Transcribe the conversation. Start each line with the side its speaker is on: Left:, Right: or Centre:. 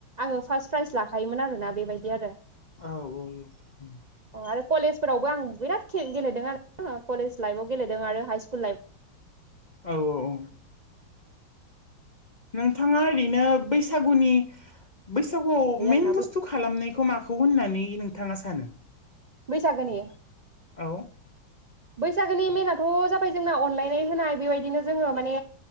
Right: आङो फार्स्ट प्राइज लाखायोमोन आरोना बेबायदि आरो
Left: औ औ औ
Right: आरो कलेजफोरावबो आं बिराद खे-गेलेदों आरो आ कलेज लाइफव गेलेदों आरो हाइ स्कुल लाइफ
Left: औ औ औ नोंथाङा ओरैनो बैसागुनि बैसागुआव
Right: लाइफ आरोना
Left: मेन बुस्थु खालामनायखौ माखौ होननानै नोंथाङा सानो
Right: बैसागोनि
Left: औ
Right: बैसागोनि मेेनथ' जाबाय जोंना अनलायनाय होनाय बेबायदिनो जोङो माने